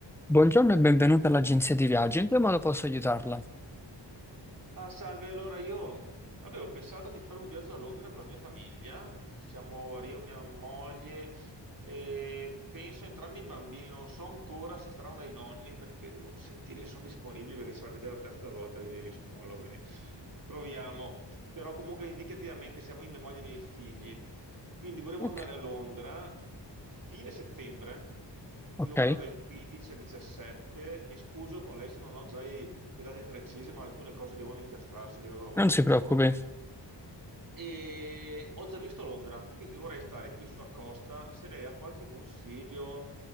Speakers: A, in the centre; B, on the right.
A: Buongiorno e benvenuta all'agenzia di viaggi. In che modo posso aiutarla?
B: Ah, salve, allora io avevo pensato di fare un viaggio a Londra con la mia famiglia, siamo io, mia moglie e penso entrambi i bambini, non so ancora se staranno dai nonni perché devo sentire se sono disponibili perché sarebbe già la terza volta che glieli smollo, quindi proviamo. Però comunque indicativamente siamo io, mia moglie e i miei figli, quindi vorremmo
A: Ok.
B: andare a Londra fine settembre,
A: Ok,
B: più o meno dal 15 al 17. Mi scuso con lei se non ho già i le date precise, ma alcune cose devono incastrarsi a livello lavorativo.
A: non si preoccupi.
B: E ho già visto Londra, quindi vorrei stare più sulla costa. Se lei ha qualche consiglio,